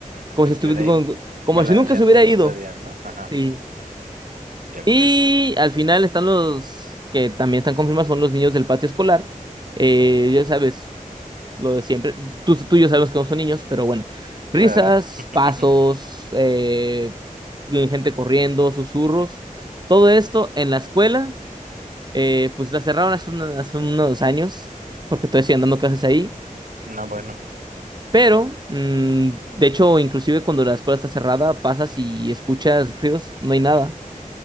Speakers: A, on the right (about 30°); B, on the right (about 70°).
A: como
B: Como
A: si
B: si
A: estuviera,
B: estuviera ahí
A: como como
B: balanceándose
A: si nunca se hubiera ido.
B: todavía, ¿no? Ajá.
A: Sí.
B: De acuerdo.
A: Y al final están los que también están confirmados, son los niños del patio escolar. Eh,
B: Pues,
A: ya sabes, lo de siempre. Tú, tú y yo sabemos que no son niños, pero bueno. Risas,
B: claro. <laughs>
A: pasos, eh, gente corriendo, susurros. Todo esto en la escuela, eh, pues la cerraron hace, una- hace unos años, porque estoy estoy dando clases ahí.
B: No, bueno.
A: Pero, mm, de hecho, inclusive cuando la escuela está cerrada, pasas y escuchas ruidos, no hay nada.